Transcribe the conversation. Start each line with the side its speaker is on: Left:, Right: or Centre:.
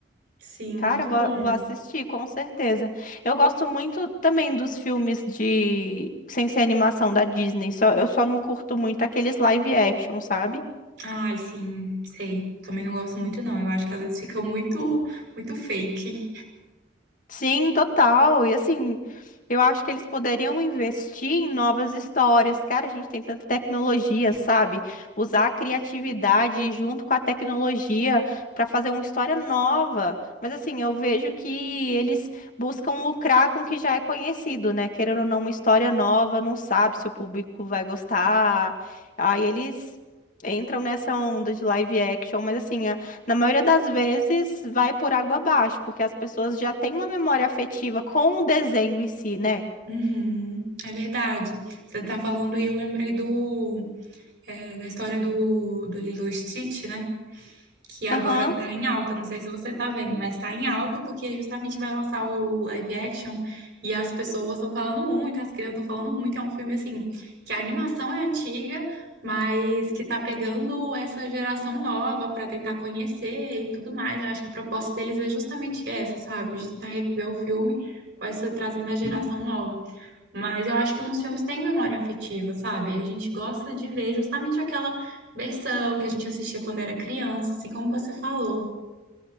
Right: Sim, muito
Left: Cara, vou,
Right: bom.
Left: vou assistir, com certeza. Eu gosto muito também dos filmes de sem ser animação da Disney. Só, eu só não curto muito aqueles live action, sabe?
Right: Ai, sim, sei. Também não gosto muito não. Eu acho que às vezes fica muito muito fake.
Left: Sim, total. E assim, eu acho que eles poderiam investir em novas histórias. Cara, a gente tem tanta tecnologia, sabe? Usar a criatividade junto com a tecnologia para fazer uma história nova. Mas assim, eu vejo que eles buscam lucrar com o que já é conhecido, né? Querendo ou não, uma história nova, não sabe se o público vai gostar. Aí eles entram nessa onda de live action, mas assim, na maioria das vezes, vai por água abaixo, porque as pessoas já têm uma memória afetiva com o desenho em si, né?
Right: Uhum, é verdade. Você tá falando aí, eu lembrei do, é, da história do, do Lilo e Stitch, né? Que agora
Left: Aham.
Right: tá em alta. Não sei se você tá vendo, mas tá em alta porque justamente vai lançar o live action e as pessoas estão falando muito, as crianças estão falando muito. É um filme assim que a animação é antiga, mas que tá pegando essa geração nova pra tentar conhecer e tudo mais. Eu acho que a proposta deles é justamente essa, sabe? De tentar reviver o filme com essa trazendo a geração nova. Mas eu acho que uns filmes têm memória afetiva, sabe? A gente gosta de ver justamente aquela versão que a gente assistia quando era criança, assim como você falou.